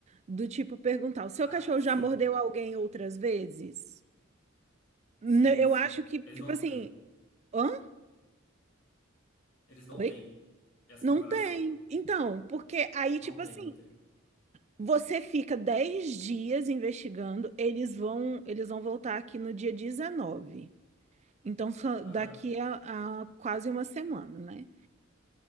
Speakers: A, on the right; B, on the left.
A: do tipo perguntar, o seu
B: Ah,
A: cachorro
B: sim,
A: já mordeu alguém outras vezes? N-
B: sim,
A: Eu
B: sim.
A: acho que,
B: Eles
A: tipo
B: não
A: assim,
B: têm.
A: hã?
B: Eles não
A: Oi?
B: têm essa
A: Não
B: preparação.
A: tem. Então, porque aí, tipo
B: Não tem,
A: assim,
B: não tem.
A: você fica 10 dias investigando, eles vão, eles vão voltar aqui no dia 19. Então, só
B: Aham.
A: daqui a, a quase uma semana, né?